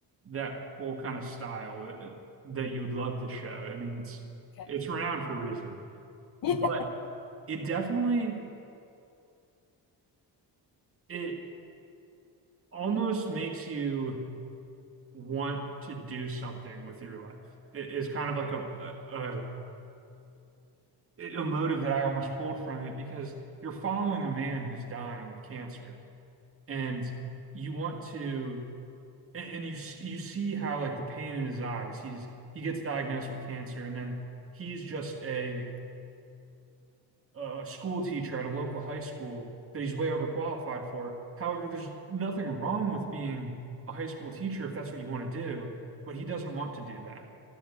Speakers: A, on the right; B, on the left.
A: that whole kind of style uh, that you would love the show. I mean, it's
B: Okay.
A: it's renowned for a reason.
B: <laughs> Yeah.
A: But it definitely it almost makes you want to do something with your life. It is kind of like a, a a a motive that I almost pulled from it because you're following a man who's dying of cancer and you want to and, and you s- you see how like the pain in his eyes. He's he gets diagnosed with cancer, and then he's just a a school teacher at a local high school that he's way overqualified for. However, there's nothing wrong with being a high school teacher if that's what you want to do, but he doesn't want to do that.